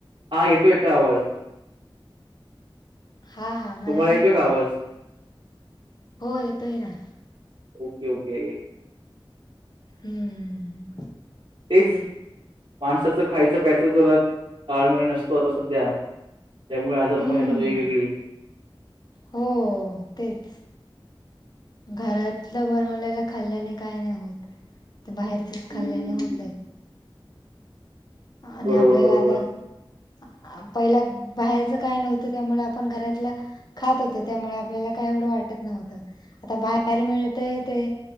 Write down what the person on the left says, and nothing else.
हा हा मलाही
येतय
हो येतोय ना
हम्म
हम्म
हो तेच घरातलं बनवलेल्या खाल्ल्याने काही नाही होत तर बाहेरचच खाल्ल्याने
होतय. आणि
आपल्याला
आता पहिला बाहेरचं काय नव्हतं त्यामुळे आपण घरातलं खात होतो त्यामुळे आपल्याला काय एवढं वाटत नव्हतं. आता बाहेर मिळतय ते.